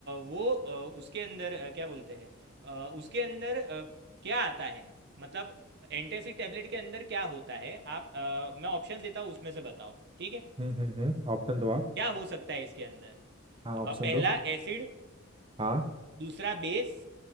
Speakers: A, on the right; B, on the right.
A: वो अ, उसके अंदर अ, क्या बोलते हैं अ, उसके अंदर अ, क्या आता है मतलब एंटासिड टेबलेट के अंदर क्या होता है आप अ, मैं ऑप्शंस देता हूँ उसमें से बताओ ठीक है
B: हम्म हम्म हम्म ऑप्शन दो आप
A: क्या हो सकता है इसके अंदर
B: हाँ
A: अ,
B: ऑप्शन
A: पहला
B: दो
A: एसिड
B: हाँ
A: दूसरा बेस